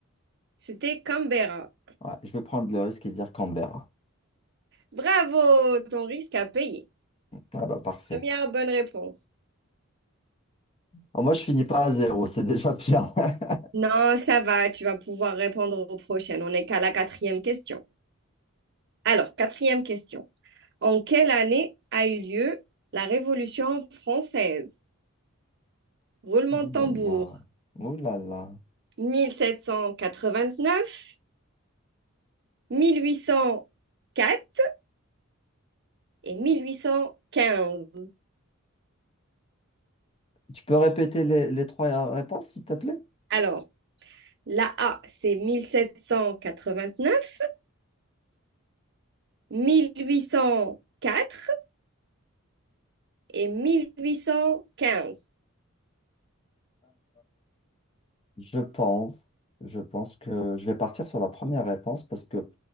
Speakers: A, on the right; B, on the left.
A: C'était Canberra.
B: Ouais, je vais prendre le risque et dire Canberra.
A: Bravo, ton risque à payer.
B: Ah bah parfait.
A: Première bonne réponse.
B: Au moins, je finis pas à zéro, c'est déjà bien. <laughs>
A: Non, ça va, tu vas pouvoir répondre aux prochaines. On n'est qu'à la quatrième question. Alors, quatrième question. En quelle année a eu lieu la Révolution française? Roulement
B: Ouh
A: de tambour.
B: là là. Ouh là là.
A: 1789, 1804 et 1815.
B: Tu peux répéter les, les trois réponses, s'il te plaît?
A: Alors, la A, c'est 1789, 1804 et 1815.
B: Je pense, je pense que je vais partir sur la première réponse parce que